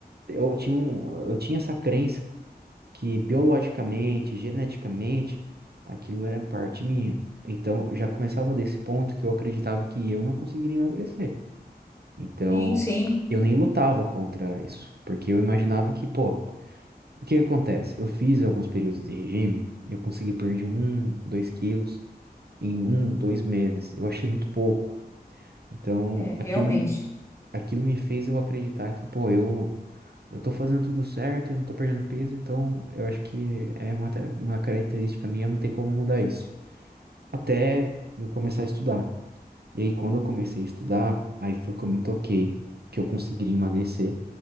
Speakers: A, on the right (about 70°); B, on the left (about 15°).
A: eu tinha um, eu tinha essa crença que biologicamente, geneticamente, aquilo era parte minha. Então, já começava desse ponto que eu acreditava que eu não conseguiria emagrecer. Então,
B: Sim, sim,
A: eu nem lutava contra isso, porque eu imaginava que, pô, o que que acontece? Eu fiz alguns períodos de regime, eu consegui perder um, dois quilos em um, dois meses. Eu achei muito pouco. Então,
B: é, realmente.
A: aquilo me, aquilo me fez eu acreditar que, pô, eu Eu tô fazendo tudo certo, eu não tô perdendo peso, então eu acho que é uma, ta- uma característica minha, não tem como mudar isso. Até eu começar a estudar. E aí, quando eu comecei a estudar, aí foi que eu me toquei, que eu consegui emagrecer.